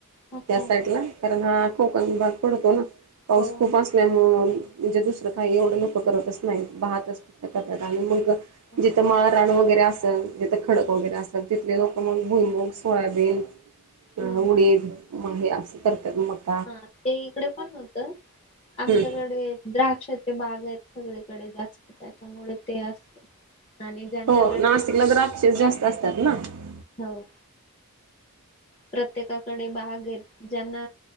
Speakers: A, on the left (about 30°); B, on the right (about 80°).
A: अच्छा
B: या साईडला. कारण हा कोकण भाग पडतो ना पाऊस
A: हो
B: खूप असल्यामुळ म्हणजे दुसरं काही एवढं लोक करतच नाहीत भातच आणि मंग
A: हो
B: जिथं
A: हो.
B: माळराण वगैरे असेल जिथं खडक वगैरे असेल तिथले लोक मगं भूईमूंग सोयाबीन, अ
A: हम्म.
B: उडीद, म हे आसं करतात मगं.
A: हा ते इकडे पण होत आमच्याकडे
B: हम्म
A: द्राक्षा चे बाग आहेत सगळीकडे जास्तं. त्याच्यामुळे ते असतं आणि ज्यांच्याकडे
B: हो नाशिकला द्राक्षेच जास्त असतात ना अच्छा
A: हो. प्रत्येकाकडे बाग आहेत ज्यांना